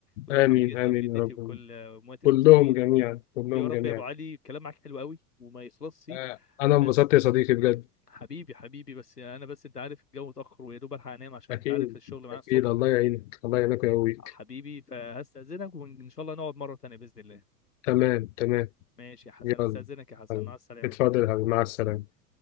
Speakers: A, on the left; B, on the left.
A: ويرحم
B: امين
A: جدي
B: امين
A: وجدتي
B: يا رب
A: وكل اموات
B: كلهم
A: المسلمين
B: جميعا كلهم
A: يا رب
B: جميعا
A: يا ابو علي الكلام معاك حلو قوي وما يخلصش
B: آه، انا انبسطت
A: بس
B: يا صديقي بجد
A: حبيبي حبيبي بس انا بس انت عارف الجو اتاخر ويا دوب الحق انام عشان
B: اكيد
A: انت عارف الشغل معايا
B: اكيد
A: الصبح
B: الله يعينك الله يعينك ويقويك
A: حبيبي فهستاذنك وان شاء الله نقعد مره تانية باذن الله
B: تمام تمام
A: ماشي يا حسن
B: يلا
A: استاذنك يا حسن
B: يلا.
A: مع السلامه
B: اتفضل يا حبيبي مع السلامة